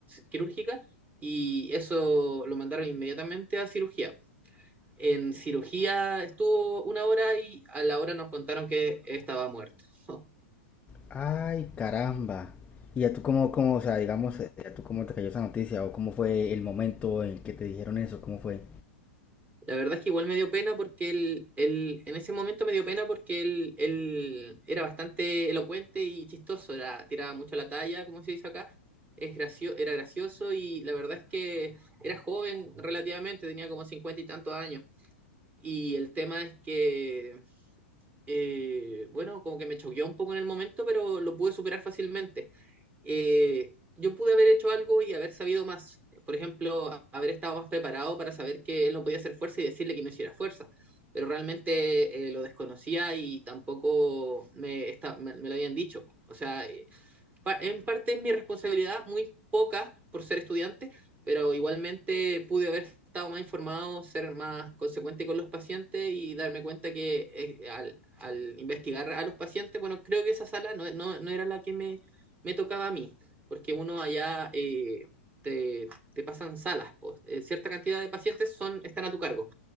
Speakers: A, on the right (about 20°); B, on the left (about 15°).
A: quirúrgica y eso lo mandaron inmediatamente a cirugía. En cirugía estuvo una hora y a la hora nos contaron que estaba muerto. <laughs>
B: Ay, caramba. ¿Y a tú cómo, cómo, o sea, digamos, eh, a tú cómo te cayó esa noticia o cómo fue el momento en que te dijeron eso? ¿Cómo fue?
A: La verdad es que igual me dio pena porque él, él en ese momento me dio pena porque él, él era bastante elocuente y chistoso, era, tiraba mucho la talla, como se dice acá, es gracio- era gracioso y la verdad es que era joven relativamente, tenía como cincuenta y tantos años. Y el tema es que, eh, bueno, como que me choqueó un poco en el momento, pero lo pude superar fácilmente eh, yo pude haber hecho algo y haber sabido más. Por ejemplo, a- haber estado más preparado para saber que él no podía hacer fuerza y decirle que no hiciera fuerza. Pero realmente eh, lo desconocía y tampoco me, esta- me, me lo habían dicho. O sea, pa- en parte es mi responsabilidad, muy poca por ser estudiante, pero igualmente pude haber estado más informado, ser más consecuente con los pacientes y darme cuenta que eh, al, al investigar a los pacientes, bueno, creo que esa sala no, no, no era la que me, me tocaba a mí, porque uno allá eh, te, te pasan salas, pues, eh, cierta cantidad de pacientes son, están a tu cargo